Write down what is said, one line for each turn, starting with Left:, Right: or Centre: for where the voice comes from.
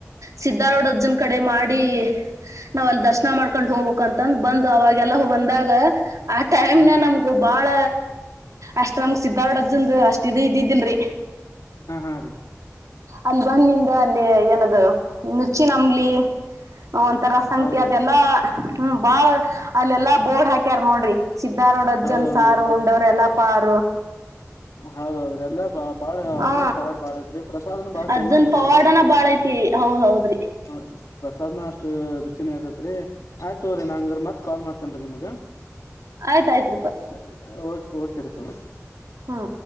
Right: ಸಿದ್ದಾರ್ಡ್ಜಜನ್ ಕಡೆ ಮಾಡಿ ನಾವ್ ಅಲ್ಲಿ ದರ್ಶನ ಮಾಡ್ಕೊಂಡ್ ಹೋಗ್ಬೇಕ ಅಂತಂದ ಬಂದು ಅವಾಗೆಲ್ಲ ಬಂದಾಗ ಆ ಟೈಮ್
Left: ಹಾ
Right: ನ
Left: ರೀ
Right: ನಮ್ಗೊಬ್ ಬಾಳ ಅಷ್ಟ್ ನಮಗ ಸಿದ್ದರ್ಡಜ್ಜಂದು ಅಷ್ಟ ಇದ ಇದಿದ್ದಿಲ್ರಿ
Left: ಹಾ ಹಾ ರೀ
Right: ಅಲ್ಲಿ ಬಂದಿಂದ ಅಲ್ಲಿ ಏನದು ನುಚ್ಚಿನಂಬ್ಲಿ ಒಂತರ ಸಂಗತಿ
Left: ಹೌದ್ರಿ
Right: ಅದೆಲ್ಲಾ ಹ್ಮ ಬಾಳ ಅಲ್ಲೆಲ್ಲಾ ಬೋರ್ಡ್ ಹಾಕಿ ಹಕ್ಕ್ಯಾರ್ ನೋಡ್ರಿ ಸಿದ್ದರೊಡಜ್ಜನ್
Left: ಹೌದೌದ್ರಿ
Right: ಸಾರು ಉಂಡವ್ರ ಎಲ್ಲಾ ಪಾರು
Left: ಹೌದೌದ್ರೀ ಎಲ್ಲಾ ಬ ಬಾಳ ಅಜ್ಜನ್
Right: ಹ
Left: ಪವಾಡ್ ಬಾಳ ಐತ್ರಿ ಪ್ರಸಾದ್ನ ಬಾಳ
Right: ಅಜ್ಜನ್
Left: ಫೇಮಸ್
Right: ಪವಾಡನ
Left: ರಿ ಅದ
Right: ಬಾಳ ಐತಿ ಹೌದ್ ಹೌದ್ರಿ
Left: ಹ ಪ್ರಸಾದ್ನ ಅಷ್ಟು ರುಚಿನ ಇರ್ತೈತ್ ರೀ ಆಯ್ತು ತಗೋರೀ ನಾ ಹಂಗಾರೆ ಮತ್ತೆ ಕಾಲ್ ಮಾಡ್ತೇನ್ ರೀ ನಿಮ್ಗೆ
Right: ಆಯ್ತ್ ಆಯ್ತ್ ರೀ ಪಾ
Left: ಸರಿ ಓಕೆ ಓಕೆ ರಿ ಪಾ ಓಕೆ
Right: ಹ್ಮ್